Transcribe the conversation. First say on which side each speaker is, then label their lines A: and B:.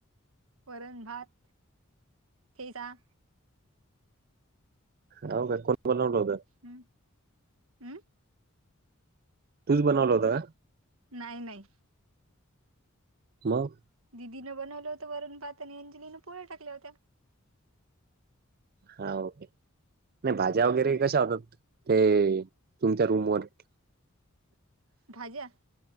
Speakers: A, on the right; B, on the right.
A: वरण, भात, ठेचा
B: हाव का कोण बनवलं होत?
A: हम्म हम्म.
B: तूच बनवल होत का?
A: नाही नाही.
B: मग?
A: दिदिनं बनवलं होतं वरण भात आणि अंजलीने पोळ्या टाकल्या होत्या.
B: हा ओके. नाही भाज्या
A: हम्म
B: वगैरे कशा होतात ते तुमच्या रूम वर
A: भाज्या